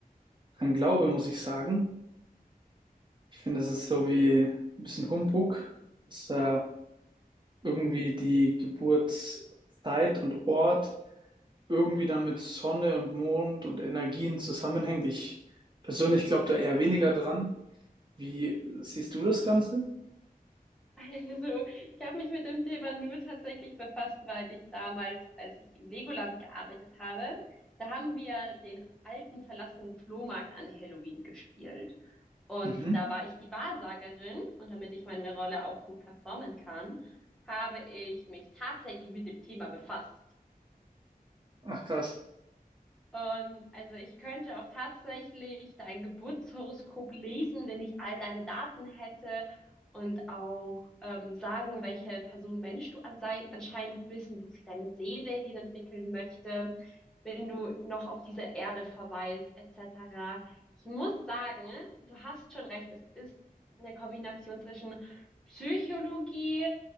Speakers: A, on the right (about 30°); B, in the centre.
A: dran glaube, muss ich sagen. Ich finde, das ist so wie ein bisschen Humbug, dass da irgendwie die Geburtszeit und Ort irgendwie dann mit Sonne und Mond und Energien zusammenhängt. Ich persönlich glaube da eher weniger dran. Wie siehst du das Ganze?
B: Also ich habe mich mit dem Thema nur tatsächlich befasst, weil ich damals, als ich im Legoland gearbeitet habe, da haben wir den alten verlassenen Flohmarkt an Halloween gespielt. Und
A: Mhm.
B: da war ich die Wahrsagerin und damit ich meine Rolle auch gut performen kann, habe ich mich tatsächlich mit dem Thema befasst.
A: Ach, krass.
B: Und also ich könnte auch tatsächlich dein Geburtshoroskop lesen, wenn ich all deine Daten hätte und auch ähm, sagen, welche Person Mensch du ansei- anscheinend bist und wo sich deine Seele hinentwickeln möchte, wenn du noch auf dieser Erde verweilst, etc. Ich muss sagen, du hast schon recht, es ist eine Kombination zwischen Psychologie,